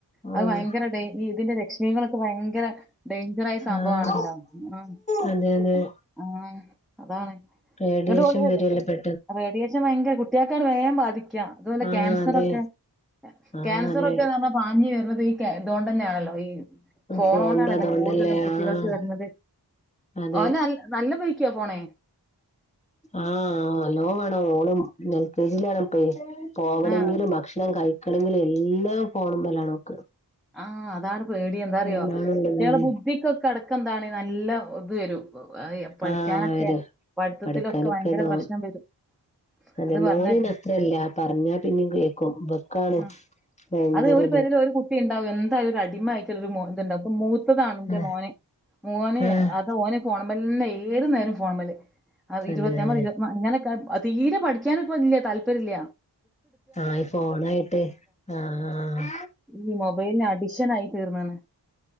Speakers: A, in the centre; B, on the left (about 15°).
A: അത്
B: ഓഹ്
A: ഭയങ്കര ഡയ് ഇതിന്റെ രക്ഷ്മികളെക്കെ ഭയങ്കര- ഡയ്ഞ്ചറായ സംഭവാണല്ലോ
B: ആഹ്
A: ആഹ്-
B: അതെ അതെ-
A: ആഹ് അതാണ്-
B: റേഡിയോഷൻ
A: എന്നിട്ട് ഓല്
B: വരല്ലേ പ്പെ
A: റേഡിയേഷൻ ഭയങ്കര കുട്ട്യോക്കാണ് വേഗം ബാധിക്ക അത്പോലെ
B: ആഹ്
A: ക്യാൻസറെക്കെ-
B: അതെ ആഹ്
A: ക്യാൻസറെക്കെ
B: അതെ
A: ന്ന് പറഞ്ഞാ- ഇഞ്ഞ് വരുന്നത് ഈ ഇതൊണ്ടന്നെണല്ലോ ഈ ഫോണോണ്ടാണല്ലോ
B: ഫോണിന്റെ അതുകൊണ്ടല്ലേ
A: കൂടുതലും കുട്ടികൾക്ക്
B: ആഹ്
A: വരുന്നത്-
B: അതെ
A: ഓന നല്ല പൈക്ക്യ പോണേ?
B: ആഹ് നല്ലോ വേണം ഓളും എൽ കെ ജിലാണപ്പെ പോകണങ്കിലും
A: ആഹ്
B: ഭക്ഷണം കഴിക്കണങ്കിലും എല്ലാം ഫോണ് മലാ നോക്ക-
A: ആഹ് അതാണ് പേടി എന്താറിയോ
B: അതാണുള്ളത്
A: കുട്ട്യോളെ
B: ഉം
A: ബുദ്ധിക്കൊക്കെ അടക്ക എന്താണ് നല്ല ഇത് വരും. പഠിക്കാനൊക്കെ
B: ആഹ് വരും
A: പഠിത്തത്തിലൊക്കെ
B: പഠിക്കാനൊക്കെ
A: ഭയങ്കര
B: തോ
A: പ്രശ്നം വരും.
B: അതെ
A: അത്
B: മോന്
A: പറഞ്ഞേക്കാം
B: അത്രല്ല പറഞ്ഞാ പിന്നെ കേക്കും ഇവക്കാണ്-
A: ഉം
B: ഭയങ്കര
A: അത് ഒരു
B: ഇത്
A: പേര്യോല് ഒരു കുട്ട്- കുട്ടിണ്ടാവും എന്തായാലും ഒരു അടിമ ആയിട്ടെരു ഇത്ണ്ടാവും അപ്പൊ മൂത്തതാണ് എന്റെ
B: ആഹ്
A: മോന് മോന്-
B: ആഹ്
A: ഓന് ഫോണ് മലന്റെ ഏത് നേരം ഫോണ് മല്
B: തന്നെ
A: ഇരുവ ഇരുപത്തിനാ ഇങ്ങനെ- തീരെ പഠിക്ക്യാനപ്പല്ല താല്പര്യല്ല.
B: ആഹ് ഫോണായിട്ട് ആഹ്
A: ഈ മൊബൈലിന് അഡിക്ഷൻ ആയി തീർന്നാണ്